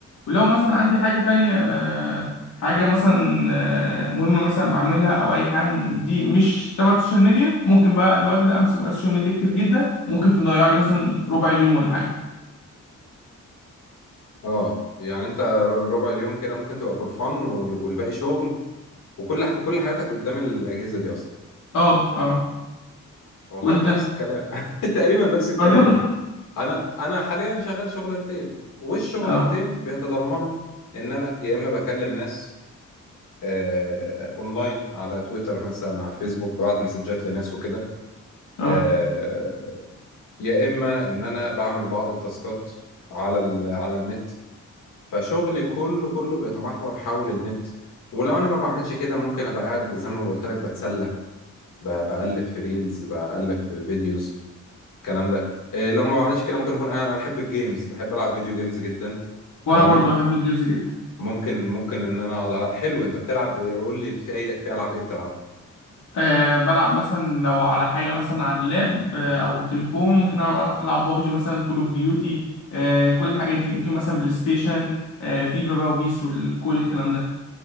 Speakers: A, on the left; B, on the left.
A: ولو مثلا عندي حاجة تانية آه، حاجة مثلا آه، مهمة مثلا بعملها أو أي حاجة من دي مش تبع السوشيال ميديا ممكن بقى الوقت ده أمسك بقى السوشيال ميديا كتير جدا ممكن تضيع لي مثلا ربع اليوم ولا حاجة
B: اه يعني انت ر- ربع اليوم كده ممكن تبقى فور فن والباقي شغل وكل ح... كل حياتك قدام الاجهزه دي اصلا
A: اه اه
B: والله
A: وانت
B: انا نفس الكلام <laughs> تقريبا نفس الكلام
A: برضو <laughs>
B: انا انا حاليا شغال شغلانتين والشغلانتين
A: اه
B: بيتضمنوا ان انا يا اما بكلم ناس آه، اونلاين على تويتر مثلا على الفيسبوك ببعت مسجات لناس وكده
A: اه
B: آه، يا اما ان انا بعمل بعض التاسكات على ال... على النت فشغلي كله كله بيتمحور حول النت ولو انا ما بعملش كده ممكن ابقى قاعد زي ما قلت لك بتسلى ب- بقلب في ريلز بقلب في فيديوز الكلام ده إيه لو ما بعملش كده ممكن اكون قاعد- انا بحب الجيمز بحب العب فيديو جيمز جدا
A: وانا
B: فاهمه
A: برضو بحب الجيمز جدا
B: ممكن ممكن ان انا اقعد على حلو انت بتلعب ايه قول لي في اي في العاب ايه بتلعب
A: أه بلعب مثلا لو على حاجة مثلا على اللاب أه أو التليفون ممكن ألعب ألعب بابجي مثلا كول أوف ديوتي أه كل الحاجات دي ممكن مثلا بلاي ستيشن أه فيفا بقى وبيس وكل الكلام ده